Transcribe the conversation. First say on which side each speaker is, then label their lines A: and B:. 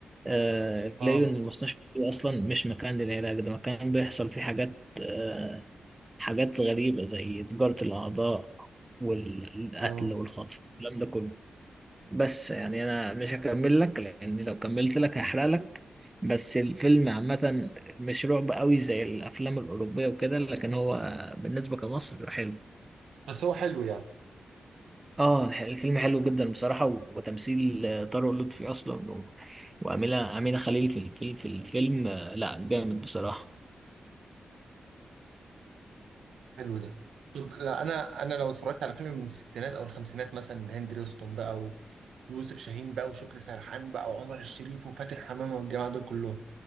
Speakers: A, on the right; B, on the right.
A: آه،
B: اه
A: لقوا إن المستشفى دي أصلا مش مكان للعلاج ده مكان بيحصل فيه حاجات آه، حاجات غريبة زي تجارة الأعضاء والقتل
B: اه
A: والخطف الكلام ده كله بس يعني أنا مش هكمل لك لأن لو كملت لك هحرق لك بس الفيلم عامة مش رعب قوي زي الأفلام الأوروبية وكده لكن هو بالنسبة كمصر حلو
B: بس هو حلو يعني
A: اه الح- الفيلم حلو جدا بصراحة و- وتمثيل آه، طارق لطفي أصلا و- وأمينة أمينة خليل في الفيلم في الفيلم آه، لا جامد بصراحة
B: حلو ده طب لا انا انا لو اتفرجت على فيلم من الستينات او الخمسينات مثلا هند رستم بقى ويوسف شاهين بقى وشكري سرحان بقى وعمر الشريف وفاتن حمامه والجماعه دول كلهم